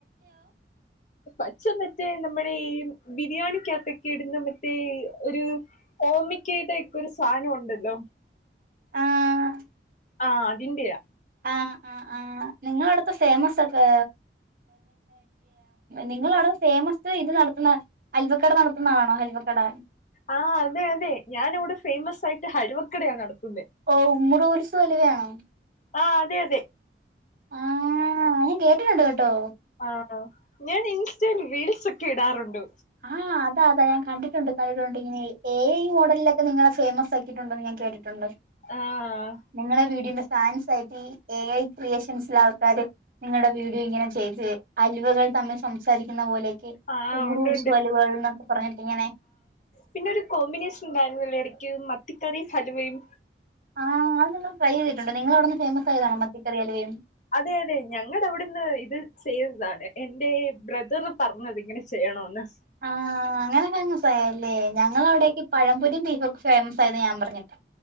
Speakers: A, on the right; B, on the left.
A: <inaudible>
B: പച്ച മറ്റേ നമ്മുടെ ഈ ബിരിയാണിക്കകത്തൊക്കെ ഇടുന്ന മറ്റേ ഒരു ഓമക്കായുടെ ഒക്കെ ഒരു സാധനം ഉണ്ടല്ലോ
A: ആഹ്
B: ആഹ് അതിന്റെയാ
A: ആഹ് ആഹ് ആഹ് നിങ്ങള് അവിടുത്തെ ഫേമസ് ഒക്കെ നിങ്ങള് അവിടെ ഫേമസ് ഇത് നടത്തുന്ന ഹൽവക്കട നടത്തുന്നതാണോ ഹൽവക്കട
B: ആഹ് അതെ അതെ ഞാൻ ഇവിടെ ഫേമസ് ആയിട്ട് ഹൽവക്കടയാ നടത്തുന്നെ
A: ഓ ഉമ്മുറ് കൊലുസ് ഹലുവയാണോ
B: ആഹ് അതെ അതെ
A: ആഹ് ഞാൻ കേട്ടിട്ടുണ്ട് കേട്ടോ
B: ആഹ് ഞാൻ ഇൻസ്റ്റയിൽ റീൽസൊക്കെ ഇടാറുണ്ട്
A: ആഹ് അതാ അതാ ഞാൻ കണ്ടിട്ടുണ്ട് കണ്ടിട്ടുണ്ട് ഇങ്ങനെ എ ഐ മോഡലിലൊക്കെ നിങ്ങളെ ഫേമസ് ആ ണ്ടെന്ന് ഞാൻ കേട്ടിട്ടുണ്ട്
B: ആഹ്
A: നിങ്ങളെ വീടിന്റെ ഫാൻസ് ആയിട്ട് ഈ എ ഐ ക്രിയേഷൻസില് ആൾക്കാര് നിങ്ങളുടെ വീഡിയോ ഇങ്ങനെ ചെയ്ത് അലുവകൾ തമ്മിൽ സംസാരിക്കുന്ന പോലെയൊക്കെ
B: ആഹ് ഉണ്ട് ഉണ്ട്
A: <unintelligible> എന്നൊക്കെ പറഞ്ഞിട്ട് ഇങ്ങനെ
B: പിന്നൊരു കോമ്പിനേഷൻ ഉണ്ടായിരുന്നില്ലേ ഇടക്ക് മത്തിക്കറിയും ഹലുവയും
A: ആഹ് അത് നമ്മൾ ട്രൈ ചെയ്തിട്ടുണ്ട് നിങ്ങള് അവിടുന്ന് ഫേമസ് ആയതാണോ മത്തിക്കറി അലുവയും
B: അതെ അതെ ഞങ്ങടെ അവിടെന്ന് ഇത് ചെയ്തതാണ് എന്റെ ബ്രദറ് പറഞ്ഞത് ഇങ്ങനെ ചെയ്യണമെന്ന്
A: ആഹ് അങ്ങനെ ഫേമസായല്ലേ ഞങ്ങളവിടേക്ക് പഴംപൊരിയും ബീഫൊക്കെ ഫേമസ് ആയെന്ന് ഞാൻ പറഞ്ഞിട്ടാ